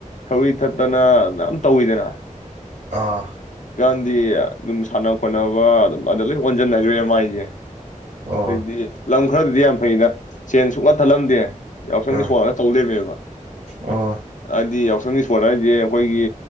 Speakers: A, on the left (about 65°); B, on the right (about 60°).
A: ꯊꯧꯔꯤ ꯊꯠꯇꯅ ꯌꯥꯝ ꯇꯧꯋꯤꯗꯅ
B: ꯑꯣꯥ
A: ꯗꯤ ꯑꯗꯨꯝ ꯁꯥꯟꯅ ꯈꯣꯠꯅꯕ ꯑꯗꯨꯝ ꯑꯗ ꯂꯣꯏ ꯑꯣꯟꯁꯤꯟꯅꯈ꯭ꯔꯦꯕ ꯃꯥꯏꯁꯦ
B: ꯑꯣ
A: ꯑꯗꯨꯩꯗꯤ ꯂꯝ ꯈꯔꯗꯗꯤ ꯌꯥꯝ ꯐꯩꯅ ꯁꯦꯟ ꯁꯨꯛꯅ ꯊꯠꯂꯝꯗꯦ ꯌꯥꯎꯁꯪꯗꯤ
B: ꯑꯥ
A: ꯁꯣꯅ ꯇꯧ ꯂꯩꯃꯦꯕ
B: ꯑꯣ
A: ꯑꯗꯨꯗꯤ ꯌꯥꯎ ꯁꯟ ꯏꯁꯄꯣꯠ ꯍꯥꯏꯔꯤꯁꯦ ꯑꯩꯈꯣꯏꯒꯤ